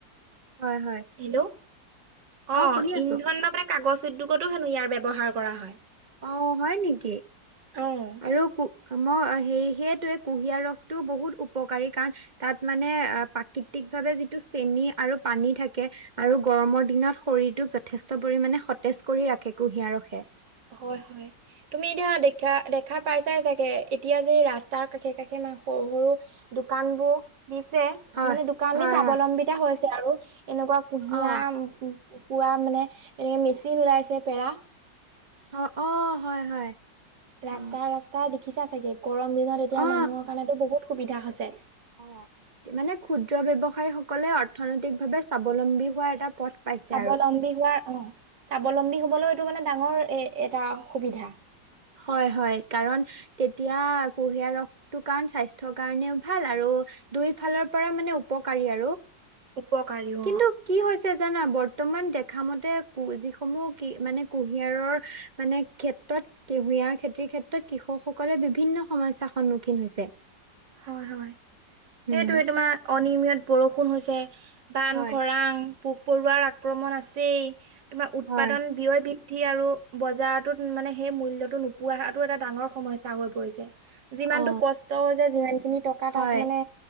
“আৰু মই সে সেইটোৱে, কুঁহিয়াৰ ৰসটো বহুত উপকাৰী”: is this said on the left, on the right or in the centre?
Right